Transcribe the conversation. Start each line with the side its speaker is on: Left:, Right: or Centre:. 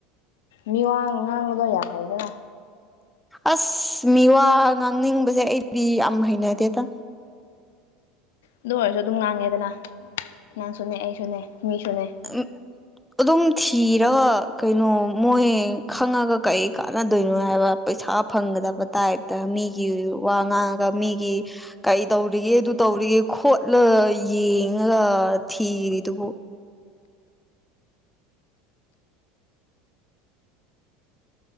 Left: ꯃꯤꯋꯥ ꯉꯥꯡꯕꯗꯣ ꯌꯥ ꯐꯩꯗꯅꯥ
Centre: ꯑꯁ ꯃꯤ ꯋꯥ ꯉꯥꯡꯅꯤꯡꯕꯁꯦ ꯑꯩꯗꯤ ꯌꯥꯝ ꯍꯩꯅꯗꯦꯇ
Left: ꯑꯗꯨ ꯑꯣꯏꯔꯁꯨ ꯑꯗꯨꯝ ꯉꯥꯡꯉꯦꯗꯅ ꯅꯪꯁꯨꯅꯦ ꯑꯩꯁꯨꯅꯦ ꯃꯤꯁꯨꯅꯦ
Centre: ꯎꯝ ꯑꯗꯨꯝ ꯊꯤꯔꯒ ꯀꯩꯅꯣ ꯃꯣꯏ ꯈꯪꯉꯒ ꯀꯔꯤ ꯀꯥꯟꯅꯗꯣꯏꯅꯣ ꯍꯥꯏꯕ ꯄꯩꯁꯥ ꯐꯪꯒꯗꯕ ꯇꯥꯏꯞꯇ ꯃꯤꯒꯤ ꯋꯥ ꯉꯥꯡꯉꯒ ꯃꯤꯒꯤ ꯀꯩ ꯇꯧꯔꯤꯒꯦ ꯑꯗꯨ ꯇꯧꯔꯤꯒꯦ ꯈꯣꯠꯂ ꯌꯦꯡꯉꯒ ꯊꯤꯔꯤꯗꯨꯕꯨ